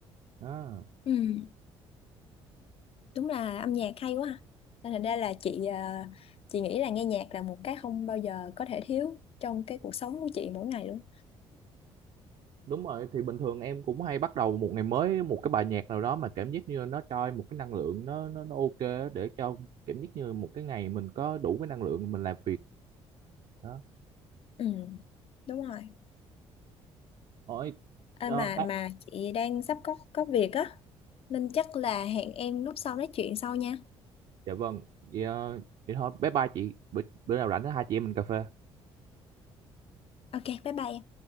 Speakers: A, on the right; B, on the left.
A: đó.
B: ừ, đúng là âm nhạc hay quá ha. nên thành ra là chị ờ, chị nghĩ là nghe nhạc là một cái không bao giờ có thể thiếu trong cái cuộc sống của chị mỗi ngày luôn
A: Đúng rồi thì bình thường em cũng hay bắt đầu một ngày mới một cái bài nhạc nào đó mà cảm giác như nó cho em một cái năng lượng nó nó nó ok á, để cho cảm giác như một cái ngày mình có đủ cái năng lượng mình làm việc đó.
B: ừ, đúng rồi
A: Ôi,
B: à,
A: ờ,
B: mà mà chị đang sắp có có việc á nên chắc là hẹn em lúc sau nói chuyện sau nha
A: dạ vâng vậy, ờ, vậy thôi bye bye chị bữa, bữa nào rảnh hai chị em mình cà phê
B: ok bye bye em.